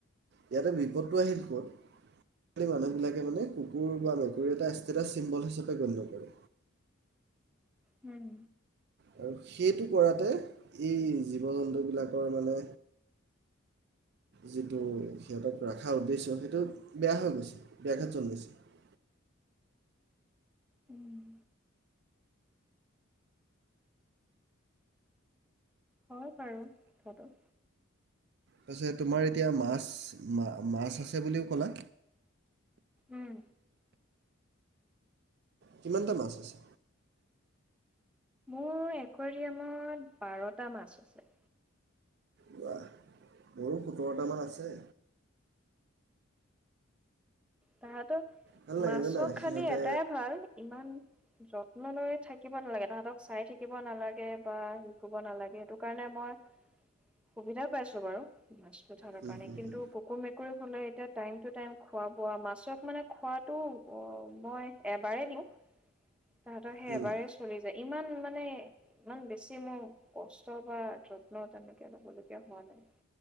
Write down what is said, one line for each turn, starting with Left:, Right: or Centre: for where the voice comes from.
Right: ইয়াতে বিপদটো আহিল ক'ত সেইমানুহবিলাকে মানে কুকুৰ বা মেকুৰী এটা এটা চিম্বল হিচাপে গণ্য কৰে
Centre: হম
Right: আৰু সেইটো কৰাত ততে এই জীৱ জন্তুবিলাকৰ মানে যিটো সিহঁতক ৰখাৰ উদ্দেশ্য সেইটো বেয়া হৈ গৈছে ব্যঘাত জন্মিছে
Centre: উম হয় বাৰু কথাটো
Right: তাৰপিছত তোমাৰ এতিয়া মাছ মাছ আছে বুলিও ক'লা
Centre: উম
Right: কিমানটা মাছ আছে
Centre: মোৰ একুৱাৰিয়ামত বাৰটা মাছ আছে
Right: বাহ মোৰো সোতৰটামান আছে
Centre: তাহাঁতক
Right: ভাল লাগে
Centre: মাছৰ
Right: জানা
Centre: খালি
Right: সিহঁতে
Centre: এটাই ভাল ইমান যত্ন লৈ থাকিব নালাগে। তাহঁতক চাই থাকিব নালাগে বা সেই কৰিব নালাগে। সেইটো কাৰণে মই সুবিধা পাইছোঁ বাৰু, মাছ
Right: হুম,
Centre: কাৰণে।
Right: হুম,
Centre: কিন্তু
Right: হুম,
Centre: কুকুৰ-মেকুৰী হ'লে, এতিয়া টাইম টু টাইম খোৱা মাছক, মানে, খোৱাটো, অ', মই এবাৰেই দিওঁ। তাহঁতৰ, সেই
Right: হুম।
Centre: এবাৰেই চলি যায়। ইমান, মানে, ইমান বেছি মোৰ কষ্ট বা যত্ন তেনেকৈ ল'বলগীয়া হোৱা নাই।